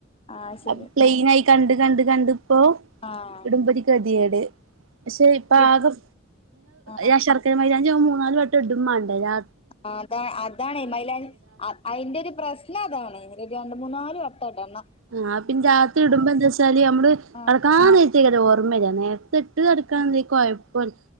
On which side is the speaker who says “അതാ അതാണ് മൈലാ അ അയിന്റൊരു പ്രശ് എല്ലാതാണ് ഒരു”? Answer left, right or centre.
Left